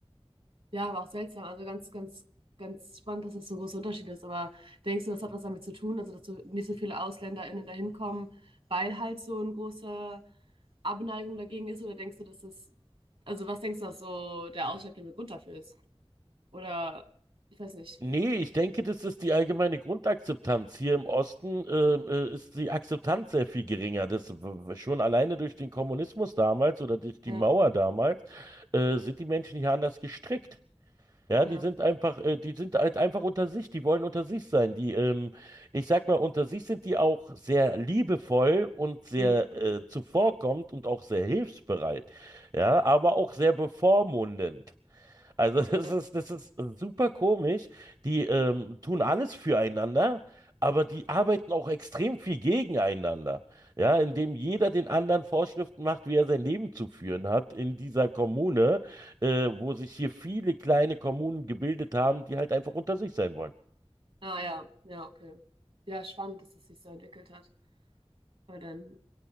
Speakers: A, on the right (about 65°); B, on the right (about 40°).
A: Ja, aber auch seltsam. Also ganz, ganz, ganz spannend, dass das so ein großer Unterschied ist. Aber denkst du, das hat was damit zu tun, also dass so nicht so viele AusländerInnen da hinkommen, weil halt so eine große Abneigung dagegen ist? Oder denkst du, dass das, also was denkst du, dass so der ausschlaggebende Grund dafür ist? Oder ich weiß nicht.
B: Nee, ich denke, das ist die allgemeine Grundakzeptanz. Hier im Osten äh, äh, ist die Akzeptanz sehr viel geringer. Das w- w- schon alleine durch den Kommunismus damals oder durch die
A: Ja,
B: Mauer damals äh, sind die Menschen hier anders gestrickt.
A: okay.
B: Ja, die sind einfach, äh, die sind halt einfach unter sich. Die wollen unter sich sein. Die, ähm, ich sag mal, unter sich sind die auch sehr liebevoll und sehr
A: Hm,
B: äh, zuvorkommend und auch sehr hilfsbereit. Ja, aber auch sehr bevormundend. Also
A: okay.
B: das ist, das ist super komisch. Die ähm, tun alles füreinander, aber die arbeiten auch extrem viel gegeneinander. Ja, indem jeder den anderen Vorschriften macht, wie er sein Leben zu führen hat in dieser Kommune, äh, wo sich hier viele kleine Kommunen gebildet haben, die halt einfach unter sich sein wollen.
A: Ah ja, ja, okay. Ja, spannend, dass das sich so entwickelt hat. Weil dann